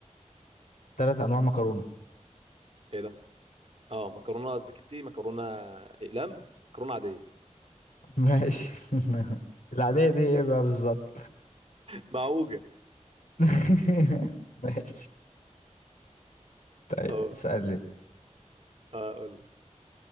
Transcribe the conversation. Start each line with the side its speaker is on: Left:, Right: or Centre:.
Left: تلات انواع مكرونة
Right: ايه ده اه مكرونة اسباجيتي مكرونة اقلام مكرونة عادية <laughs>
Left: <laughs> ماشي <laughs> العادية دي ايه بقى بالظبط
Right: معوجة
Left: <laughs> ماشي طيب
Right: هقول
Left: اسألني
Right: هقول